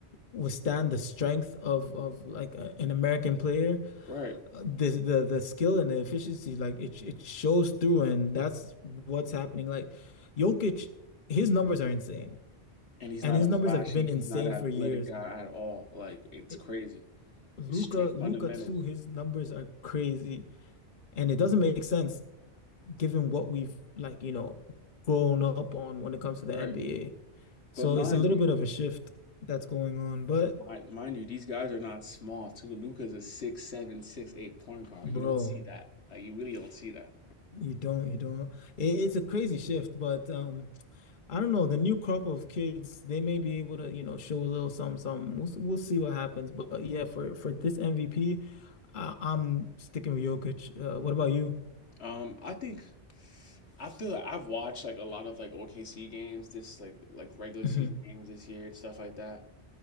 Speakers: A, on the left; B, on the left.
A: withstand the strength of of like a, an American player.
B: Right.
A: the the the skill and the efficiency like it it shows through and that's what's happening like Jokic his numbers are insane
B: And he's
A: and
B: not
A: his
B: a flashy,
A: numbers have been
B: he's
A: insane
B: not an athletic
A: for years
B: guy at all. Like it's
A: it,
B: crazy.
A: Luca
B: It's straight
A: Luca
B: fundamentals.
A: too his numbers are crazy and it doesn't make sense given what we've like you know grown up on when it comes to the
B: Right.
A: NBA so
B: But mind
A: it's a little
B: you,
A: bit of a shift that's going on but
B: Mind, mind you, these guys are not small too. Luka's a six seven, six eight point guard.
A: bro
B: You don't see that. Like you really don't see that.
A: you don't you don't it, it's a crazy shift but um I don't know, the new crop of kids, they may be able to, you know, show a little something, something. We'll, we'll see what happens. But uh, yeah, for for this MVP, I, am sticking with Jokic. Uh, what about you?
B: Um, I think after I've watched like a lot of like OKC games, this like like regular
A: hmm
B: season games this year and stuff like that.